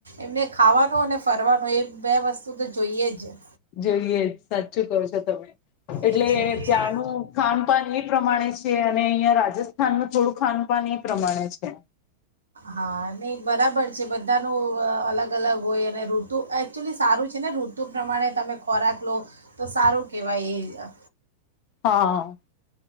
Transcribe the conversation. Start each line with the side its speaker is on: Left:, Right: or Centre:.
Right: એમને ખાવાનું અને ફરવાનું એ બે વસ્તુ તો જોઈએ જ.
Left: જોઈએ સાચું કહો છો તમે. એટલે
Right: એ છે પછી
Left: ત્યાંનું ખાન પાાન એ. પ્રમાણે છે અને અહ્યા રાજસ્થાન ન થોડું ખાન પાાન એ પ્રમાણે છે.
Right: હા નહી બરાબર. જે બધાનું અલગ-અલગ હોય અને ઋતુ એકચુલી સારું છે ને ઋતુ પ્રમાણે તમે ખોરાક લો તો સારું કહેવાય એ.
Left: હા